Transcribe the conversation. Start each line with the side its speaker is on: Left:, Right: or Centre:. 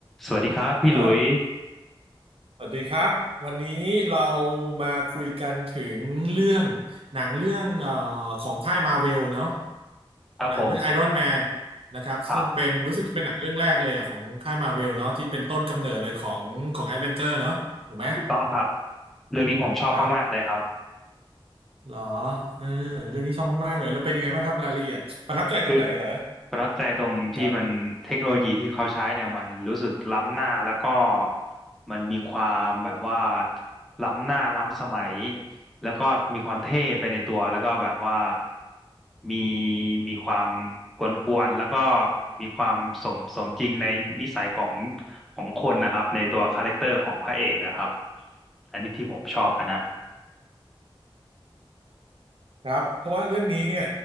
Centre: สวัสดีครับพี่หลุย
Right: ครับสวัสดีครับ วันนี้เรามาคุยกันถึงเรื่องหนังเรื่องเอ่อของค่ายมาเวลเนาะ
Centre: ครับผม
Right: หนังเรื่องไอรอนแมนนะครับซึ่งเป็นรู้สึกจะเป็นหนังเรื่องแรกเลยอะของค่ายมาเวลเนาะที่เป็นต้นกำเนิดเลยของของแอดเวนเจอร์เนาะถูกไหม
Centre: ครับถูกต้องครับเรื่องนี้ผมชอบมากๆเลยครับ
Right: ครับเหรอเออเรื่องนี้ชอบมากๆเลยแล้วเป็นยังไงบ้างครับรายละเอียดประทับใจตรงไหนเหรอ
Centre: คือประทับใจตรงที่มันเทคโนโลยีที่เขาใช้เนี่ยมันรู้สึกล้ำหน้าแล้วก็
Right: ครับ
Centre: มันมีความแบบว่าล้ำหน้าล้ำสมัยแล้วก็มีความเท่ไปในตัวแล้วก็แบบว่ามีมีความกวนๆแล้วก็มีความสมสมจริงในนิสัยของของคนนะครับในตัวคาแรคเตอร์ของพระเอกอะครับอันนี้ที่ผมชอบอะนะ
Right: ครับเพราะว่าเรื่องนี้เนี่ย